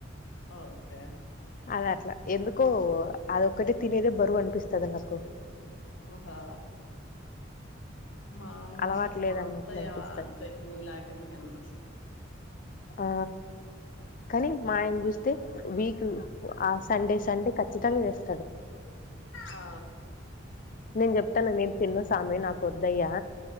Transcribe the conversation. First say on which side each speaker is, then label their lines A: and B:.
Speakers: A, on the left; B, on the left.
A: ఓకే
B: అద అట్లా ఎందుకో అదొక్కటే తినేదే బరువు అనిపిస్తది నాకు
A: ఒహా మా ఇట్లో
B: అలవాటు లేదన్నట్లు
A: అత్తయ్యా
B: అనిపిస్తది
A: అంతే నీలాగేదిందు
B: ఆ కానీ మాయన జూస్తే వీకు ఆ సండే సండే క తంగ్ తెస్
A: ఆ
B: నేను జెప్తాను నేను తిన్ను సామి నాకొద్దయ్యా